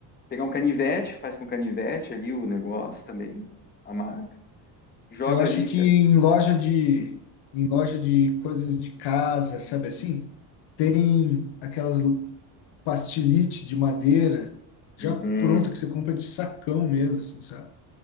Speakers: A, on the left; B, on the left.
A: pegar um canivete, faz com canivete ali o negócio também, a marca, joga
B: Eu acho
A: ali,
B: que
A: cara.
B: em loja de, em loja de coisas de casa, sabe assim, tem aquelas pastilite de madeira
A: Uhum.
B: já pronta que você compra de sacão mesmo, assim, sabe?